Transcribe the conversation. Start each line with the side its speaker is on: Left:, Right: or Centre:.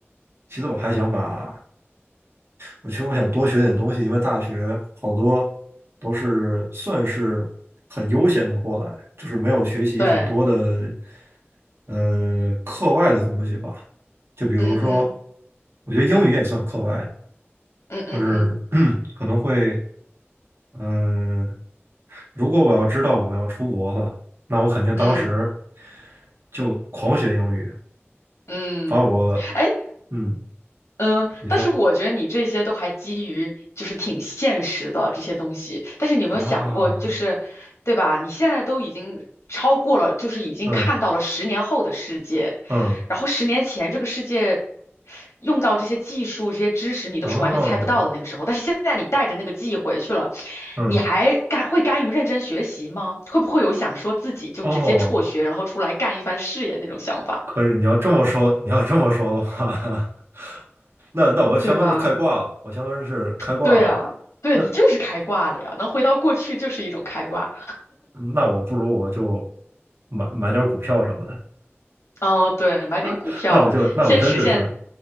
Right: 其次我还想把我其实我想多学点东西，因为大学好多都是算是很悠闲的过来，就是没有学习很多的
Left: 对，
Right: 呃课外的东西吧。就比如说，
Left: 嗯嗯
Right: 我觉得英语也算课外的，
Left: 嗯嗯嗯
Right: 就是 <clears throat> 可能会嗯、呃如果我要知道我要出国了，那我肯定当时
Left: 嗯
Right: 就狂学英语，
Left: 嗯，
Right: 把我
Left: 哎，
Right: 嗯，
Left: 嗯，
Right: 你说
Left: 但是我觉得你这些都还基于就是挺现实的这些东西，但是你有没有想过，
Right: 啊，
Left: 就是对吧？你现在都已经超过了，就是已经看到了十年后的世界，
Right: 嗯嗯
Left: 然后十年前这个世界用到这些技术、这些知识，你都是完全猜不到的那个时候。
Right: 啊。
Left: 但是现在你带着那个记忆回去了，
Right: 嗯，
Left: 你还甘会甘于认真学习吗？会不会有想说自己就直接辍学，
Right: 哦，
Left: 然后出来干一番事业那种想法，
Right: 可以。你要这么说，你要这么说的话，<laughs> 那那我相当于是开挂了，
Left: 对吧？
Right: 我相当于是开挂了。
Left: 对啊，对啊你就是开挂了呀，
Right: 那
Left: 能回到过去就是一种开挂。
Right: 那我不如我就买买点儿股票什么的，
Left: 哦，对，买点股票，
Right: <laughs> 那我就那我真就是
Left: 先实现